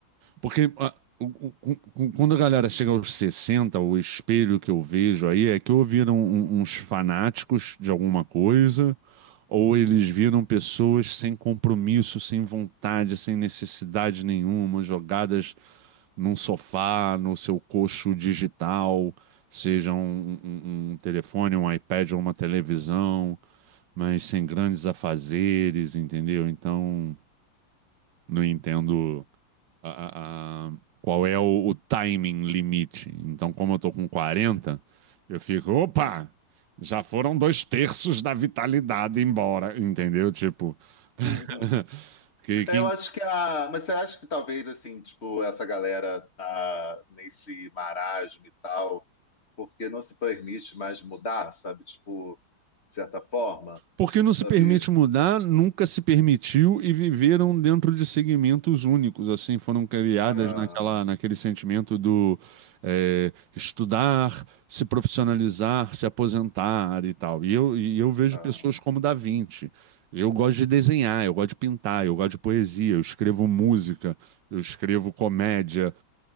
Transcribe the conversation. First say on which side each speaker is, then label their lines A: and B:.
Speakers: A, on the right; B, on the left.
A: porque ah, o- o- o- quando a galera chega aos sessenta o espelho que eu vejo aí é que ou viram um- uns fanáticos de alguma coisa, ou eles viram pessoas sem compromisso, sem vontade, sem necessidade nenhuma, jogadas num sofá, no seu coxo digital, seja um, um- um um telefone, um iPad ou uma televisão, mas sem grandes afazeres, entendeu? Então, não entendo a- a- a- qual é o, o timing limite. Então, como eu tô com 40, eu fico, opa, já foram dois terços da vitalidade embora, entendeu? Tipo, <laughs>
B: <laughs>
A: que, que
B: É, Eu acho que a. Mas você acha que talvez, assim, tipo, essa galera tá nesse marasmo e tal, porque não se permite mais mudar, sabe? Tipo, de certa forma,
A: Porque não
B: sabe?
A: se permite mudar, nunca se permitiu e viveram dentro de segmentos únicos, assim, foram criadas
B: Ah,
A: naquela, naquele sentimento do é, estudar, se profissionalizar, se aposentar e tal. E eu, e eu vejo
B: ah,
A: pessoas como Da Vinci. Eu gosto de desenhar, eu gosto de pintar, eu gosto de poesia, eu escrevo música, eu escrevo comédia,